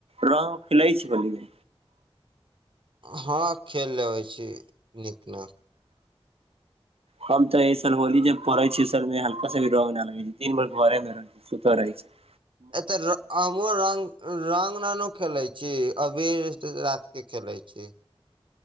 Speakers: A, on the right; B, on the right.
A: रंग खिलै छै होली में
B: हँ खेल लेबै छी नीक नाक
A: हम तऽ ऐसन होली जे परै छियै उस मे हल्का भी रंग न लगे छै दिन भर घरे मे रहै छियै सुतल रहै छियै
B: एतऽ हमो रंग रंग ननू खेलै छी अबीर रात के खेलै छी